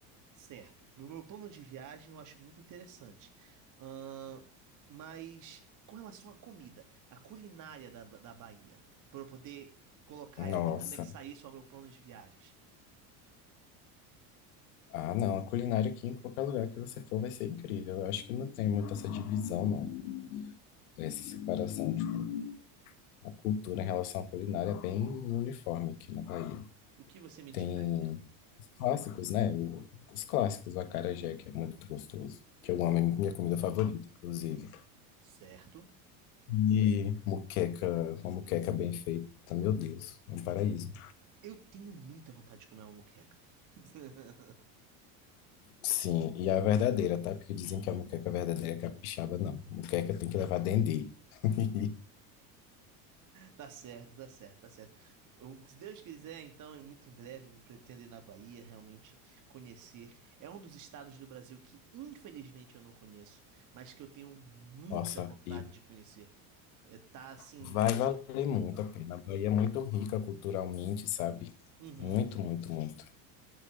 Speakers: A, on the right; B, on the left.
A: certo? No meu plano de viagem eu acho muito interessante. Ahn, mas com relação à comida, a culinária da, da Bahia, para eu poder colocar,
B: Nossa.
A: ane- anexar isso ao meu plano de viagens,
B: Ah, não. A culinária aqui em qualquer lugar que você for vai ser incrível. Eu acho que não tem muito essa divisão, não. Essa separação. Tipo, a cultura em relação à culinária é bem uniforme aqui na Bahia.
A: o que você me indicaria?
B: Tem os clássicos, né? O- os clássicos, o acarajé, que é muito gostoso. Que eu amo,
A: Uhum,
B: é minha comida favorita, inclusive.
A: certo.
B: E muqueca, uma muqueca bem feita. Meu Deus, é um paraíso.
A: Eu tenho muita vontade de comer uma moqueca. <laughs>
B: Sim, e a verdadeira, tá? Porque dizem que a moqueca verdadeira é capixaba, não. Moqueca tem que levar dendê. <laughs>
A: Tá certo, tá certo, tá certo. Eu- Se Deus quiser, então, e muito em breve, eu pretendo ir na Bahia realmente conhecer. É um dos estados do Brasil que, infelizmente, eu não conheço, mas que eu tenho muita
B: Nossa,
A: vontade
B: e
A: de conhecer. É, Tá assim.
B: vai valer muito a pena. A Bahia é muito rica culturalmente, sabe?
A: uhum.
B: Muito, muito, muito.